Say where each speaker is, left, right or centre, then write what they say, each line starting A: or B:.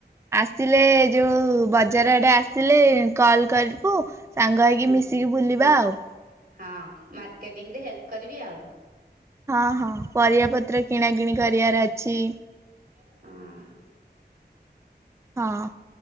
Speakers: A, on the right; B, on the right.
A: ଆସିଲେ ଯୋଉ ବଜାର ଆଡେ ଆ ଆସିଲେ କଲ୍ କରିବୁ ସାଙ୍ଗ ହୋଇକି
B: ହୁଁ
A: ମିଶିକି ବୁଲିବା ଆଉ।
B: ହଁ ମାର୍କେଟିଂ ରେ ହେଲ୍ପ କରିବି ଆଉ।
A: ହଁ ହଁ ପରିବା ପତ୍ର କିଣା କିିଣି କରିବାର ଅଛି।
B: ହଁ।
A: ହଁ।